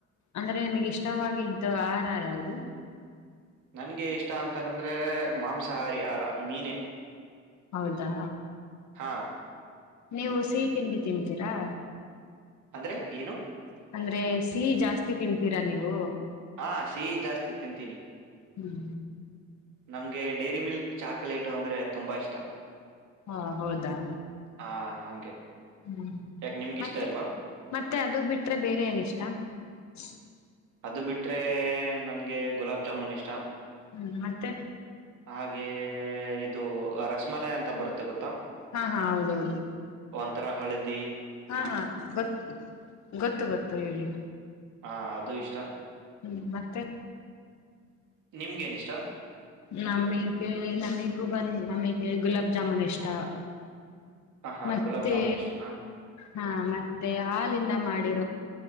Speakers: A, on the left (about 65°); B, on the right (about 80°).
A: ಅಂದ್ರೆ ನಿಮ್ಗಿಷ್ಟವಾಗಿದ್ದ ಆಹಾರ ಯಾದದು
B: ನನ್ಗೆ ಇಷ್ಟ ಅಂತ ಮತ್ತನಂದ್ರೆ ಮಾಂಸಾಹಾರಿ ಮೀನ
A: ಹೌದಾ
B: ಹಾ
A: ನೀವು ಸಿಹಿ ತಿಂಡಿ ತಿಂತೀರಾ
B: ಅಂದ್ರೆ ಏನು
A: ಅಂದ್ರೆ ಸಿಹಿ ಜಾಸ್ತಿ ತಿನ್ಂತೀರಾ ನೀವು
B: ಹಾ ಸಿಹಿ ಜಾಸ್ತಿ ತಿಂತೀನಿ
A: ಹ್ಮ್
B: ನಮ್ಗೆ ಡೈರಿ ಮಿಲ್ಕ್ ಚಾಕಲೇಟು ಅಂದ್ರೆ ತುಂಬಾ ಇಷ್ಟ
A: ಹಾ ಹೌದಾ
B: ಹಾ ಹಂಗೆ
A: ಹ್ಮ್
B: ಯಾಕೆ ನಿಮ್ಗೆ
A: ಮತ್ತೆ
B: ಇಷ್ಟ ಇಲ್ವಾ
A: ಮತ್ತೆ ಅದು ಬಿಟ್ರೆ ಬೇರೆ ಏನ ಇಷ್ಟ ಸರಿ
B: ಅದು ಬಿಟರೆ ನನಗೆ ಗುಲಾಬ್ ಜಾಮೂನ್ ಇಷ್ಟ
A: ಹ್ಮ್ ಮತ್ತೆ
B: ಹಾಗೆ ಇದು ರಸಮಲೈ ಅಂತ ಅಂತ ಬರುತ್ತೆ ಗೊತ್ತು
A: ಹಾ ಹಾ ಹೌದೌದು
B: ಒಂತರ ಹಳದ
A: ಹಾ ಹಾ ಗೊತ್ತು ಗೊತ್ತು ಗೊತ್ತು ಹೇಗೆ
B: ಹಾ ಅದು ಇಷ್ಟ <unintelligible>
A: ಹ್ಮ್ ಮತ್ತೆ
B: ನಿಮ್ಗೇನ್ ಇಷ್ಟ
A: ನಮಗೆ ನಮ್ಮ ಬಂದ ನಮಗೆ ಗುಲಾಬ್ ಜಾಮೂನ್ ಇಷ್ಟ
B: ಹಾ ಹಾ
A: ಮತ್ತೆ
B: ಗುಲಾಬ್ ಜಾಮೂನ್ ಇಷ್ಟನಾ
A: ಹಾ ಮತ್ತೆ ಹಾಲಿಂದ ಮಾಡಿ